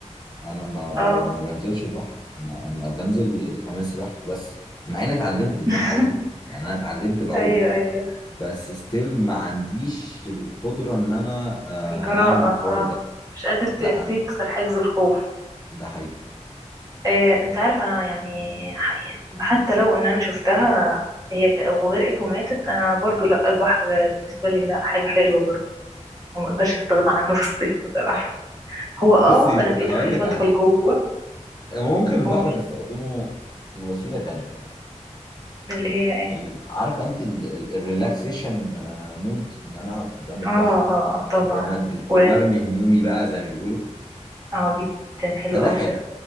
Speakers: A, on the left (about 35°); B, on the right (about 30°).
A: انا ما, ب...
B: اه
A: ما بنزلش البحر انا انا بنزل الحمام السباحه بس مع اني اتعلمت ان
B: <laughs>
A: انا اعوم يعني انا اتعلمت العوم
B: ايوه ايوه
A: بس ستيل ما عنديش القدره ان انا آه،
B: جراءة
A: اعمل الحوار
B: اه
A: ده
B: مش قادر ت-
A: لا
B: تكسر
A: أنا-
B: حاجز الخوف
A: ده حقيقي
B: آه، انت عارف انا يعني حقيقي حتى لو ان انا شفتها هي ك- وغرقت وماتت انا برضو لا البحر بالنسبه لي لا حاجه حلوه برضو وما اقدرش استغنى عنه <laughs> في الصيف بصراحه هو اه
A: بصي ب-
B: انا بقيت
A: هقول
B: اخاف
A: لك
B: ادخل
A: على حاجه
B: جوه
A: ممكن البحر
B: أوي،
A: بنستخدمه في وسيله تانية
B: اللي هي ايه
A: ال- عارفه انت الريلاكسيشن مود ان انا اقعد قدام البحر
B: اه اه آه، طبعا
A: وامدد
B: و
A: وارمي همومي بقى زي ما بيقولوا
B: اه جدا حلو
A: فده
B: قوي
A: حلو
B: ده